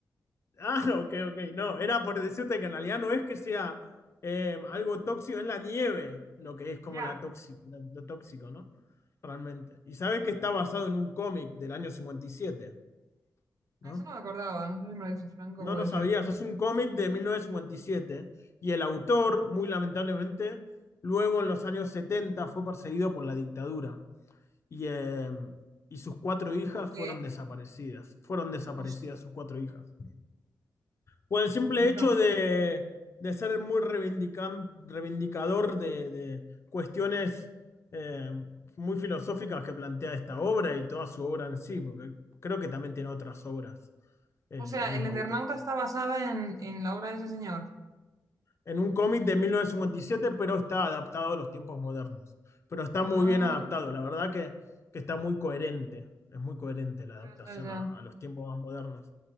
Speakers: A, on the left (about 40°); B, on the right (about 50°).
A: Ah, <laughs> ok, ok. No, era por decirte que en realidad no es que sea eh, algo tóxico, es la nieve lo que es como
B: Ya.
A: la tóxico, lo tóxico, ¿no? Realmente. Y sabes que está basado en un cómic del año 57, ¿no?
B: Ah, Eso no me acordaba, no sé si me lo dijo Franco,
A: No
B: puede
A: lo sabías,
B: ser.
A: es un cómic de mil novecientos cincuenta y siete y el autor, muy lamentablemente, luego en los años 70 fue perseguido por la dictadura y, eh, y sus cuatro hijas
B: ¿Por qué?
A: fueron desaparecidas, fueron desaparecidas
B: Hostia.
A: sus cuatro hijas. o el simple
B: es verdad.
A: hecho de, de ser muy reivindican- reivindicador de, de cuestiones eh, muy filosóficas que plantea esta obra y toda su obra en sí, porque creo que también tiene otras obras el,
B: O sea,
A: el mismo
B: el Eternauta
A: autor.
B: está basada en, en la obra de ese señor.
A: en un cómic de 1957, pero está adaptado a los tiempos modernos. Pero está
B: Ah,
A: muy bien adaptado, la verdad que, que está muy coherente, es muy coherente la adaptación
B: ya, ya, ya.
A: a, a los tiempos más modernos.